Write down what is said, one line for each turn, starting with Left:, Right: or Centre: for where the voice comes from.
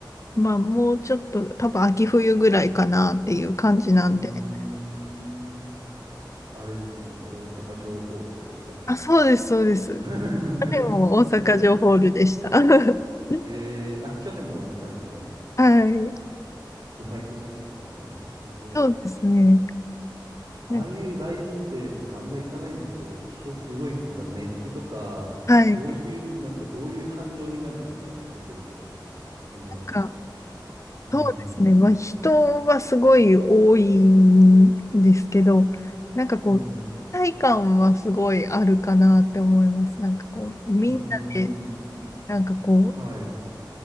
Left: まあ、もうちょっと、多分秋冬ぐらいかなっていう感じなんで。
Right: ーん。あれですよね。大阪城ホールとか多分やるんです。
Left: あ、そうです、そうです。
Right: <laughs>
Left: でも、大阪城ホールでした。<laughs>
Right: えー、あ、去年も行ったんですね。
Left: はい。
Right: 毎年行くって言ってましたもんね。すげえ。
Left: そうですね。
Right: ああいうライブって僕あんま行かないんですよ。
Left: ね、
Right: 人すごいですよね。多分熱気とか、
Left: はい。
Right: どういう、
Left: なん
Right: なんかどういう感情になるんですか聞いてるとき。その、
Left: か、
Right: うん、
Left: そうですね。まあ、人はすごい多いんですけど、なんかこう、
Right: うん。
Left: 一体感はすごいあるかなって思います。なんかこう、みんなで、
Right: うーん。
Left: なんかこ
Right: はい。う